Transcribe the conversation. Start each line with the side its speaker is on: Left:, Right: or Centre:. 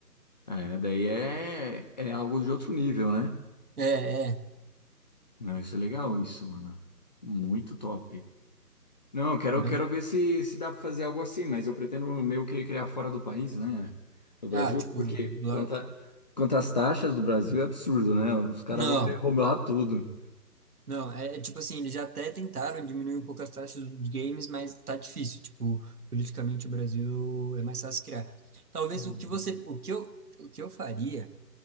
Left: É, daí é, é algo de outro nível, né?
Right: É, é,
Left: Não, isso é legal, isso, mano. Muito top. Não, eu quero,
Right: mas
Left: quero
Right: eu,
Left: ver se, se dá pra fazer algo assim, mas eu pretendo meio que criar fora do país, né? Do Brasil,
Right: ah, tipo,
Left: porque
Right: lá-
Left: quanto, a- quanto às taxas do Brasil é absurdo, né? Os caras
Right: não,
Left: vão querer roubar tudo.
Right: não, é, é tipo assim, eles já até tentaram diminuir um pouco as taxas dos games, mas tá difícil, tipo, politicamente o Brasil é mais fácil criar. Talvez
Left: Uhum.
Right: o que você, o que eu, o que eu faria